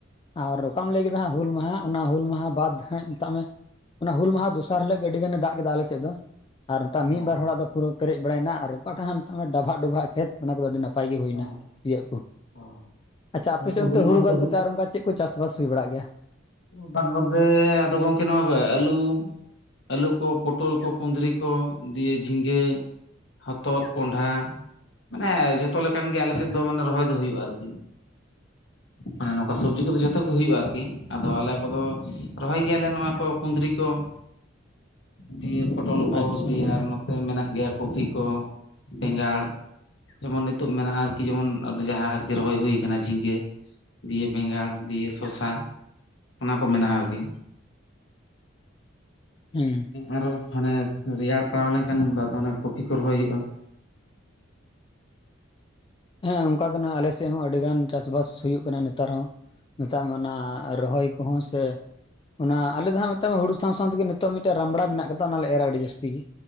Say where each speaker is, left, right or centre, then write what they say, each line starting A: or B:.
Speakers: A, on the left; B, on the left.
A: ᱟᱨ ᱚᱠᱟᱢ ᱞᱟᱹᱭ ᱠᱮᱫᱟ ᱦᱟᱸᱜ ᱦᱩᱞ ᱢᱟᱦᱟ ᱚᱱᱟ ᱦᱩᱞ ᱢᱟᱦᱟ ᱵᱟᱫ ᱦᱮᱸ ᱢᱮᱛᱟᱜ ᱢᱮ ᱚᱱᱟ ᱦᱩᱞ ᱢᱟᱦᱟ ᱫᱚᱥᱟᱨ ᱦᱤᱞᱚᱜ ᱜᱮ ᱟᱹᱰᱤ ᱜᱟᱱᱮ ᱫᱟᱜ ᱠᱮᱫᱟ ᱟᱞᱮ ᱥᱮᱫ ᱫᱚ ᱟᱨ ᱮᱴᱟᱜ ᱢᱤᱫ
B: ᱚ
A: ᱵᱟᱨ ᱦᱚᱲᱟᱜ ᱫᱚ ᱯᱩᱨᱟᱹ ᱯᱮᱨᱮᱡ ᱵᱟᱲᱟᱭ ᱱᱟ ᱟᱨ ᱚᱠᱟᱴᱟᱜ ᱦᱚᱸ ᱢᱮᱛᱟᱜ ᱢᱮ ᱰᱟᱵᱷᱟᱜ ᱰᱳᱵᱷᱟᱜ ᱠᱷᱮᱛ ᱚᱱᱟ ᱠᱚᱫᱚ ᱟᱹᱰᱤ ᱱᱟᱯᱟᱭ ᱜᱮ ᱦᱩᱭ
B: ᱦᱮᱸ
A: ᱱᱟ ᱤᱭᱟᱹ ᱠᱚ
B: ᱚ
A: ᱟᱪᱪᱷᱟ ᱟᱯᱮ
B: ᱜᱚᱝᱠᱮ
A: ᱥᱮᱫ ᱚᱱᱛᱮ
B: ᱦᱩᱞ ᱢᱟᱦᱟ
A: ᱦᱩᱲᱩ ᱵᱟᱫ
B: ᱫᱚ
A: ᱠᱟᱛᱮ ᱟᱨ ᱚᱱᱠᱟ ᱪᱮᱫ ᱠᱚ ᱪᱟᱥᱵᱟᱥ ᱦᱩᱭ ᱵᱟᱲᱟᱜ ᱜᱮᱭᱟ
B: ᱵᱟᱫ ᱵᱟᱫᱽᱫᱷᱮ ᱟᱫᱚ ᱜᱚᱢᱠᱮ ᱱᱚᱣᱟ ᱟᱹᱞᱩ ᱟᱹᱞᱩ ᱠᱚ ᱯᱚᱴᱚᱞ ᱠᱚ ᱠᱩᱸᱫᱽᱨᱤ ᱠᱚ ᱫᱤᱭᱮ ᱡᱷᱤᱸᱜᱟᱹ ᱦᱚᱛᱚᱫ ᱠᱚᱸᱰᱷᱟ ᱢᱟᱱᱮ ᱡᱚᱛᱚ ᱞᱮᱠᱟᱱ ᱜᱮ ᱟᱞᱮ ᱥᱮᱫ ᱫᱚ ᱢᱟᱱᱮ ᱨᱚᱦᱚᱭ ᱫᱚ ᱦᱩᱭᱩᱜ-ᱟ ᱟᱨᱠᱤ ᱢᱟᱱᱮ ᱱᱚᱝᱠᱟ ᱥᱚᱵᱽᱡᱤ ᱠᱚᱫᱚ ᱡᱚᱛᱚ ᱜᱮ ᱦᱩᱭᱩᱜᱼᱟ ᱟᱨᱠᱤ ᱟᱫᱚ ᱟᱞᱮ ᱠᱚᱫᱚ ᱨᱚᱦᱚᱭ ᱜᱮᱭᱟᱞᱮ ᱱᱚᱣᱟ ᱠᱚ ᱠᱩᱸᱫᱽᱨᱤ ᱠᱚ ᱫᱤᱭᱮ <inaudible> ᱯᱚᱴᱚᱞ ᱠᱚ
A: ᱟᱪᱪᱷᱟ
B: ᱫᱤᱭᱮ ᱟᱨ ᱱᱚᱛᱮ ᱢᱮᱱᱟᱜ ᱜᱮᱭᱟ ᱠᱚᱯᱷᱤ ᱠᱚ ᱵᱮᱸᱜᱟᱲ ᱡᱮᱢᱚᱱ ᱱᱤᱛᱚᱜ ᱢᱮᱱᱟᱜ-ᱟ ᱟᱨᱠᱤ ᱡᱮᱢᱚᱱ ᱡᱟᱦᱟᱸ ᱟᱨᱠᱤ ᱨᱚᱦᱚᱭ ᱦᱩᱭ ᱠᱟᱱᱟ ᱡᱷᱤᱜᱟᱹ ᱫᱤᱭᱮ ᱵᱮᱸᱜᱟᱲ ᱫᱤᱭᱮ ᱥᱚᱥᱟ ᱚᱱᱟ ᱠᱚ ᱢᱮᱱᱟᱜ-ᱟ ᱟᱨᱠᱤ
A: ᱦᱮᱸ
B: ᱟᱨᱚ ᱦᱟᱱᱮ ᱨᱮᱭᱟᱲ ᱯᱟᱲᱟᱣ ᱞᱮᱱᱠᱷᱟᱱ ᱩᱱ ᱚᱱᱮ ᱠᱚᱯᱷᱤ ᱠᱚ ᱨᱚᱦᱚᱭ ᱦᱩᱭᱩᱜᱼᱟ
A: ᱦᱮᱸ ᱚᱱᱠᱟ ᱜᱮ ᱱᱟᱜ ᱟᱞᱮᱥᱮᱫ ᱦᱚᱸ ᱟᱹᱰᱤ ᱜᱟᱱ ᱪᱟᱥ ᱵᱟᱥ ᱦᱩᱭᱩᱜ ᱠᱟᱱᱟ ᱱᱮᱛᱟᱨ ᱦᱚᱸ ᱢᱮᱛᱟᱜ ᱢᱮ ᱚᱱᱟ ᱨᱚᱦᱚᱭ ᱠᱚᱦᱚᱸ ᱥᱮ ᱚᱱᱟ ᱟᱞᱮ ᱫᱟᱜ ᱢᱮᱛᱟᱜ ᱢᱮ ᱦᱩᱲᱩ ᱥᱟᱶ ᱥᱟᱶᱛᱮ ᱱᱤᱛᱚᱜ ᱢᱤᱫᱴᱮᱱ ᱨᱟᱢᱲᱟ ᱢᱮᱱᱟᱜ ᱟᱠᱟᱫᱟ ᱚᱱᱟᱞᱮ ᱮᱨᱟ ᱟᱹᱰᱤ ᱡᱟᱹᱥᱛᱤ ᱜᱤ